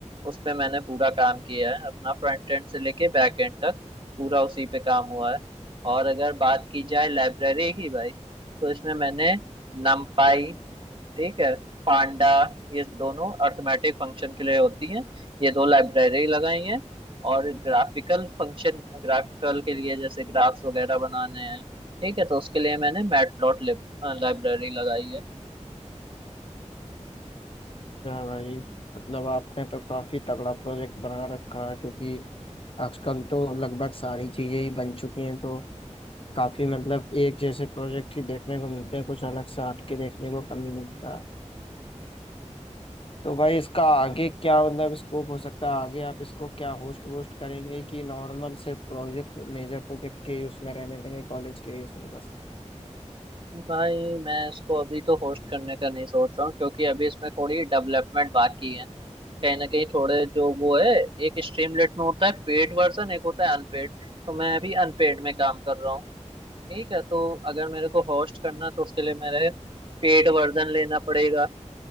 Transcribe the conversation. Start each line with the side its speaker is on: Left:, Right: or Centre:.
Right: उस पे मैंने पूरा काम किया है अपना फ्रंट एंड से लेके बैक एंड तक पूरा उसी पे काम हुआ है और अगर बात की जाए लाइब्रेरी की भाई तो इसमें मैंने numpy, ठीक है पांडा ये दोनों अर्थमेटिक फंक्शन के लिए होती हैं ये दो लाइब्रेरी लगाई हैं और ग्राफिकल फंक्शन ग्राफिकल के लिए जैसे ग्राफ्स वगैरह बनाने हैं ठीक है तो उसके लिए मैंने मैटप्लॉट लाइब्रेरी लगाई है
Left: क्या भाई मतलब आपने तो काफी तगड़ा प्रोजेक्ट बना रखा है क्योंकि आजकल तो लगभग सारी चीजें ही बन चुकी हैं तो काफी मतलब एक जैसे प्रोजेक्ट ही देखने को मिलते हैं कुछ अलग से हटके देखने को कम ही मिलता है तो भाई इसका आगे क्या मतलब स्कोप हो सकता है आगे आप इसको क्या होस्ट वोस्ट करेंगे कि नॉर्मल सिर्फ प्रोजेक्ट मेजर प्रोजेक्ट के ही उसमें रहने देंगे कॉलेज के ही उसमें बस
Right: भाई मैं इसको अभी तो होस्ट करने का नहीं सोच रहा हूँ क्योंकि अभी इसमें थोड़ी डेवलपमेंट बाकी है कहीं ना कहीं थोड़े जो वो है एक स्ट्रीमलेट में होता है पेड वर्जन एक होता है अनपेड तो मैं अभी अनपेड में काम कर रहा हूँ ठीक है तो अगर मेरे को होस्ट करना है, तो उसके लिए मेरे पेड वर्जन लेना पड़ेगा